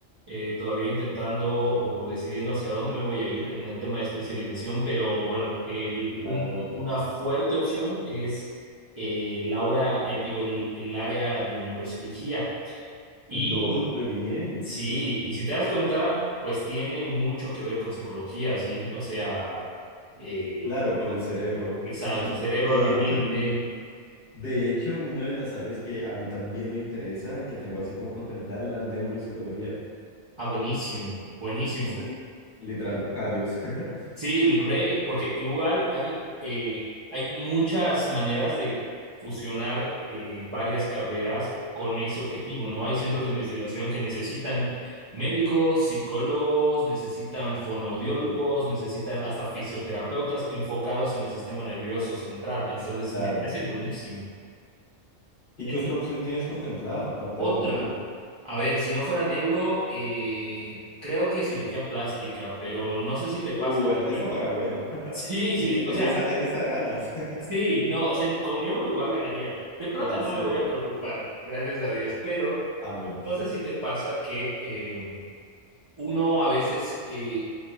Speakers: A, on the right; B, on the left.
A: eh, todavía intentando o decidiendo hacia dónde me voy a ir en el tema de especialización, pero bueno, el-
B: Claro.
A: un- una fuerte opción es eh, la hora, eh, digo, el, el área de neurocirugía. Y
B: LOL, re bien.
A: sí, y si te das cuenta, pues tiene mucho que ver con psicología, ¿sí? O sea, eh,
B: Claro, por el cerebro.
A: exacto,
B: Tiene sentido.
A: el cerebro,
B: De
A: la mente.
B: hecho, de hecho, una de las áreas que a mí también me interesa y que tengo así como contemplada es la neuropsicología.
A: Ah, buenísimo, buenísimo.
B: Sí. Literal tocayos. <laughs>
A: Sí, el rey, porque igual hay, eh, hay muchas maneras de fusionar eh, varias carreras con ese objetivo, ¿no? Hay centros de investigación que necesitan médicos, psicólogos, necesitan fonoaudiólogos,
B: Sí,
A: necesitan hasta fisioterapeutas enfocados en el sistema nervioso central. Entonces,
B: claro.
A: me parece buenísimo.
B: ¿Y
A: Es
B: qué otra opción tienes contemplada aparte
A: otra.
B: de la neuro?
A: A ver, si no fuera neuro, eh, creo que cirugía plástica, pero no sé si te
B: Uh,
A: pasa que...
B: e- esa paga
A: <laughs>
B: bueno. <laughs>
A: Sí, sí,
B: En
A: o
B: en
A: sea...
B: esa, en esas ganas.
A: Sí,
B: <laughs>
A: no, o sea, con euro igual ganaría. De plata
B: Bueno,
A: no
B: sí.
A: me voy a preocupar, gracias a Dios, pero
B: Amén.
A: no sé si te pasa que eh, uno a veces, eh,